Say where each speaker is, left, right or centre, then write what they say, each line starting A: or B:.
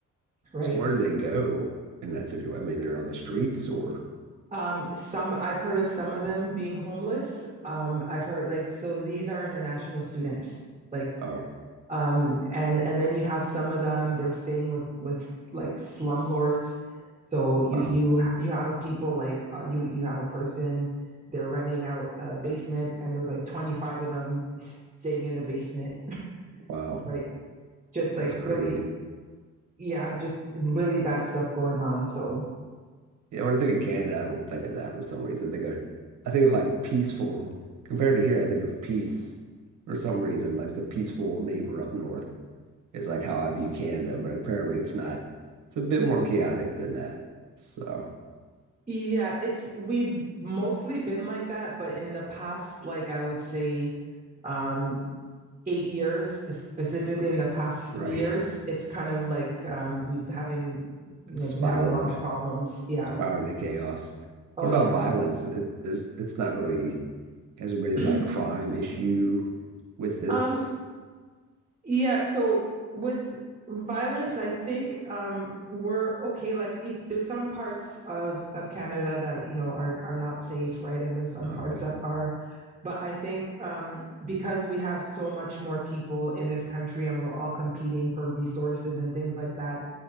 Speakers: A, on the right (about 20°); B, on the right (about 75°).
A: right?
B: So where do they go in that situation? I mean, they're on the streets or
A: Um, some I've heard of some of them being homeless. Um, I've heard like so these are international students, like
B: oh
A: Um, and and then you have some of them they're staying with with like slumlords. So you
B: wow.
A: you you have a people like uh, you you have a person they're renting out a basement and there's like 25 of them staying in the basement,
B: Wow.
A: right? Just
B: That's
A: like
B: crazy.
A: really yeah, just really bad stuff going on. So
B: Yeah, when I think of Canada, I don't think of that for some reason. I think of I think of like peaceful compared to here, I think of peace for some reason. Like the peaceful neighbor up north is like how I view Canada, but apparently it's not it's a bit more chaotic than that. So
A: yeah, it's we've mostly been like that, but in the past like I would say um eight years, specifically in the past
B: right.
A: three years, it's kind of like um, we've having you
B: It's
A: know
B: spiraled,
A: been having a lot of problems. Yeah.
B: spiraled into chaos.
A: Oh
B: What about
A: yeah.
B: violence? It, there's it's not really Has there been any
A: <clears throat>
B: like crime issue with this?
A: um. Yeah. So with violence, I think um, we're okay. Like it, there's some parts of of Canada that you know are are not safe, right? And there's some
B: Oh,
A: parts
B: okay.
A: that are. But I think um, because we have so much more people in this country and we're all competing for resources and things like that,